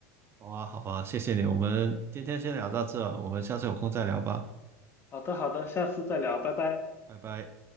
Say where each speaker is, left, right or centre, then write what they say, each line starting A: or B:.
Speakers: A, on the right (about 30°); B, on the left (about 30°).
A: 好啊，好啊，谢谢你。我们今天先聊到这，我们下次有空再聊吧。
B: 好的好的，下次再聊，拜拜。
A: 拜拜。